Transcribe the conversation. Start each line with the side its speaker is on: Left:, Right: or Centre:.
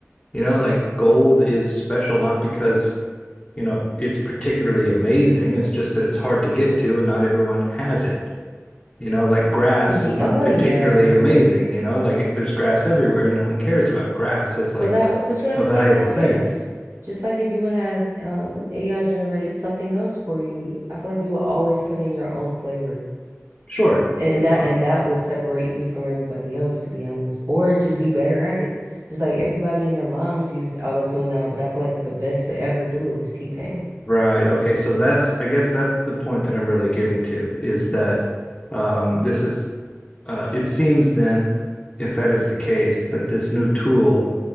Left: You know, like gold is special not because you know it's particularly amazing. It's just that it's hard to get to, and not everyone has it. You know, like grass
Right: Ye-
Left: is not
Right: uh, well,
Left: particularly
Right: yeah,
Left: amazing. You know, like there's grass everywhere. No one cares about grass as like
Right: but that but you had
Left: a
Right: to look
Left: valuable
Right: at it like
Left: thing.
Right: this. Just like if you would have um AI generate something else for you, I feel like you will always put in your own flavor.
Left: Sure.
Right: And, and that
Left: Uh,
Right: and that would separate you from everybody else, to be honest, or just be better at it. Just like everybody and their moms use auto tune now, but I feel like the best to ever do it was T-Pain.
Left: Right. Okay. So that's, I guess that's the point that I'm really getting to is that um, this is, uh, it seems then, if that is the case, that this new tool